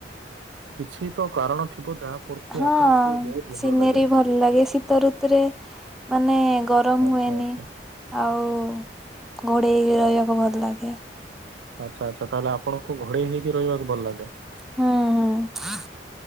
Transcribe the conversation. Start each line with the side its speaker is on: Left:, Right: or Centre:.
Right: କିଛି ତ କାରଣ? ଥିବ ଯାହା ପ୍ରତି
Centre: ହଁ
Right: ଆପଣଙ୍କୁ ବହୁତ
Centre: ସିନେରୀ
Right: ଭଲ ଲାଗେ
Centre: ଭଲ ଲାଗେ, ଶୀତ ଋତୁରେ ମାନେ ଗରମ ହୁଏନି
Right: ଆ ଆ୍ଛା <inaudible>
Centre: ଆଉ ଘୋଡେଇକି ରହିବାକୁ ଭଲ ଲାଗେ
Right: ଆଚ୍ଛା ଆଚ୍ଛା ତାହେଲେ ଆପଣଙ୍କୁ ଘୋଡେଇ ହେଇକି ରହିବାକୁ ଭଲ ଲାଗେ
Centre: ହୁଁ ହୁଁ